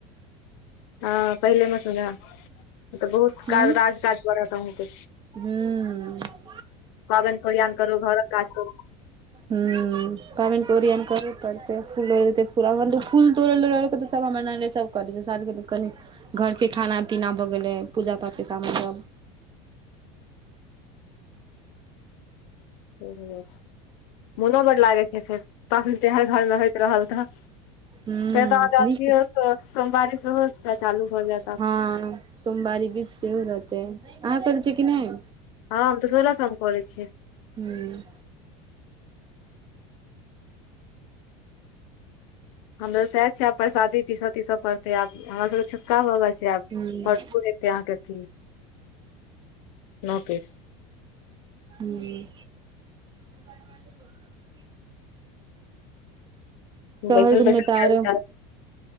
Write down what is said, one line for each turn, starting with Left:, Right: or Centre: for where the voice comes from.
Left: हँ पहिले मे समझा ककरो
Right: हूँ
Left: क राज काज पड़त कह
Right: हूँ
Left: पाबनि कल्यण करू घरक काज करू
Right: ह हॅं पाबनि के ओरियान करू तहन त फूल लोढ़ैके प्रबंध हॅं फूल तौड़ै लऽ लोढ़ि लैतै सब हमर ननदि सब करै छै शादी कनि घरके खाना पीना भऽ गेलै पूजा पाठके समानमे सब
Left: तेहने छै मोनो बड्ड लागै छै फेर पाबनि त्योहार घरमे होइत रहल तऽ फेर
Right: हूँ
Left: तऽ अहाँके
Right: नीक
Left: अथियो सोमवारी सेहो चालू भऽ जायत आब
Right: हँ सोमवारी बीच सेहो रहतै अहाँ करय छियै कि नहि
Left: हँ हम तऽ सोलह सो मे करै छियै
Right: हूंम्म
Left: हमरो सएह छै आब परसादी पीस तीस पड़ते आब हमरा सबके छुतका भऽ गेल छै आब
Right: हूं
Left: परसू तै अहाँके अथी नौ केस
Right: हूंम्म <unintelligible> सहल
Left: बैसल
Right: दिनमे
Left: बैसल
Right: तऽ
Left: के
Right: आरो
Left: आब काज।